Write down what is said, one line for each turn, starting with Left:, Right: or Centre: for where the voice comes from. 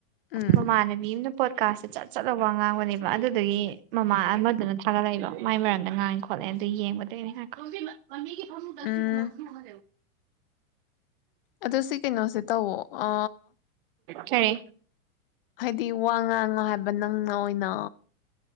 Left: ꯎꯝ
Right: ꯃꯃꯅꯕꯤꯝꯅ ꯄꯣꯠꯀꯥꯁꯁꯦ ꯆꯠ ꯆꯠ ꯂꯧꯕ ꯉꯥꯡꯕꯅꯦꯕ ꯑꯗꯨꯗꯨꯒꯤ ꯃꯃꯥ ꯑꯃꯗꯨꯅ ꯊꯥꯒꯠꯂꯛꯏꯕ ꯃꯥꯏ ꯃꯔꯝꯗ ꯉꯥꯡꯉꯦ ꯈꯣꯠꯂꯦ ꯑꯗꯨ ꯌꯦꯡꯒꯗꯣꯏꯅꯦ ꯍꯥꯏꯣ ꯅꯗꯁꯤ
Left: ꯎꯝ
Right: ꯍꯨꯅꯅ
Left: ꯑꯗꯨꯣ ꯁꯤ ꯀꯩꯅꯣꯁꯦ ꯇꯧꯋꯣ ꯑ
Right: ꯁꯔꯦ
Left: ꯍꯥꯏꯗꯤ ꯋꯥ ꯉꯥꯡꯉꯣ ꯍꯥꯏꯕ ꯅꯪꯅ ꯑꯣꯏꯅ